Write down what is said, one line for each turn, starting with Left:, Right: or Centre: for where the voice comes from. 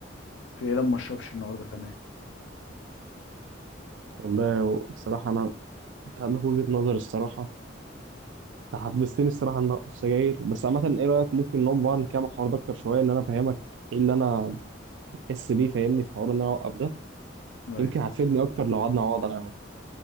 Left: في ايه لما ما اشربش النهارده كمان
Right: والله بصراحه انا انت عندك وجهه نظر الصراحه انت حفزتني الصراحه ان أنا اوقف سجاير بس عامه ايه رايك ممكن نقعد بقى نكمل الحوار ده اكتر شويه ان انا افهمك ايه اللي انا احس بيه فاهمني في حوار ان انا اوقف ده
Left: ايوه
Right: يمكن هتفيدني اكتر لو قعدنا مع بعض على القهوه